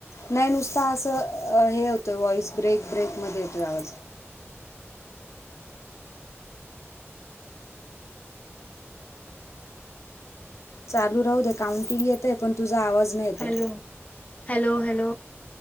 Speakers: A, on the left; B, on the left.
A: नाही नुसता आसं हे होतंय व्हॉइस ब्रेक ब्रेक मध्ये येतोय आवाज चालू राहू दे काउंटिंग येतय पण तुझा आवाज नाही येतये
B: हॅलो हॅलो हॅलो